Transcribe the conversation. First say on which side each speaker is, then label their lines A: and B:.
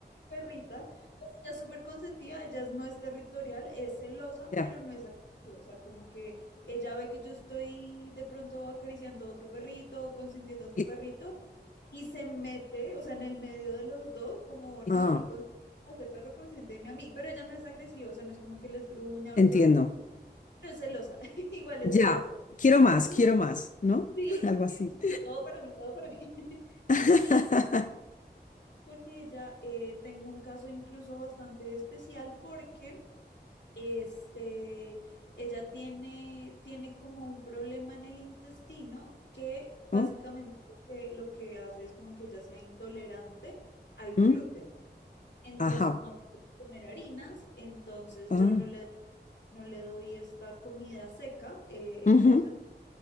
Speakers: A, on the left (about 80°); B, on the left (about 45°).
A: perrita, pues ella es súper consentida, ella no es territorial, es celosa,
B: Ya.
A: pero no es agresiva, o sea, como que ella ve que yo estoy de pronto acariciando a otro perrito, consintiendo a otro
B: Y-
A: perrito, y se mete, o sea, en el medio de los dos, como, no,
B: Ah,
A: no consientas a ese perro, consiénteme a mí, pero ella no es agresiva, o sea, no es como que les gruña o
B: entiendo.
A: los ataque, pero es celosa, <laughs> igual
B: Ya.
A: es celosa.
B: Quiero más,
A: Sí,
B: quiero más, ¿no?
A: sí,
B: <laughs> Algo
A: <laughs>
B: así.
A: todo para mí, todo para mí. <laughs>
B: <laughs>
A: Y con ella eh, tengo un caso incluso bastante especial porque este, ella tiene, tiene como un problema en el intestino que básicamente
B: ¿No?
A: lo que, lo que hace es como que ella sea intolerante al
B: ¿Mm?
A: gluten. Entonces
B: Ajá.
A: no puede comer harinas, entonces
B: Ah.
A: yo no le, no le doy esta comida seca, eh, el
B: Ujú,
A: concentrado,